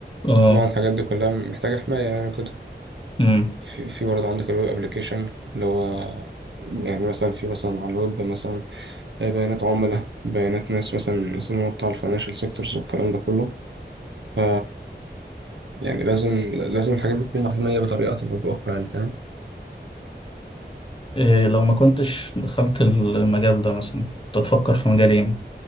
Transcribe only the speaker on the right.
طبعا الحاجات دي كلها محتاجة حماية يعني كده
في في برضه عندك الويب ابلكيشن اللي هو يعني مثلا في مثلا على الويب مثلا بيانات عملاء بيانات ناس مثلا مثلا هو بتاع الفاينانشال سيكتورز والكلام ده كله ف يعني لازم لازم الحاجات دي تكون محمية بطريقة أو بأخرى يعني فاهم